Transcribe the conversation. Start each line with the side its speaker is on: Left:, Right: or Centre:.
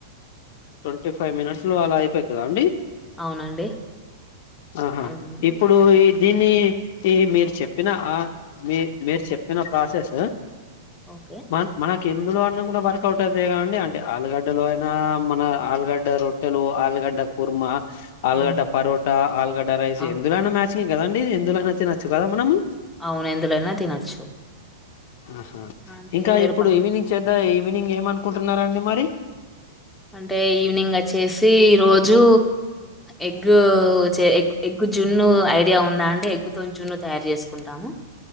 Left: ట్వంటీ ఫైవ్ మినిట్ లో అలా అయిపోతుందా అండి
Centre: అవునండి
Left: ఆహా
Centre: ఉమ్,
Left: ఇప్పుడు దీన్ని ఈ మీరు చెప్పిన ఆ మీ మీరు చెప్పిన ప్రాసెస్
Centre: ఓకే
Left: మ మన కిందులో అన్న కూడా వర్క్ అవుట్ అదే క అండి అంటే ఆలుగడ్డలో అయినా మన ఆలుగడ్డ రొట్టెలు ఆలుగడ్డ కుర్మ ఆల్గడ
Centre: ఉమ్,
Left: పొరోట ఆల్గడ రైస్
Centre: అవును
Left: ఎందులో నచ్చ కదండి ఇ ఎందులో అయితే నచ్చు కదా మనము
Centre: అవును, ఎందులోనైనా తినొచ్చు
Left: ఆహా
Centre: అంటే
Left: ఇంకా
Centre: ఇగ మీరు
Left: ఇప్పుడు ఈవినింగ్ చేద్ద ఈవినింగ్ ఏమనుకుంటున్నారంండి మరి
Centre: అంటే ఈవినింగ్ వచ్చేసి ఈరోోజు ఎగ్ ఎ ఎగ్ జున్ను ఐడియా ఉందా అంటే ఎగ్గుతో జున్ను తయారు చేసుకుంటాము